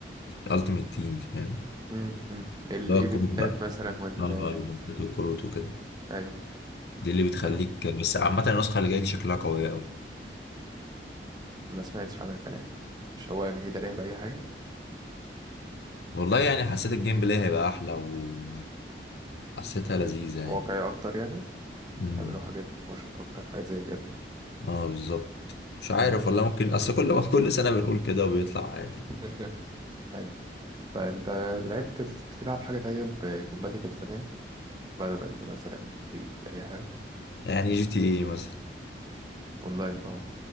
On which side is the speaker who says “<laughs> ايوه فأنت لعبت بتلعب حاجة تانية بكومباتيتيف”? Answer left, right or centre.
Right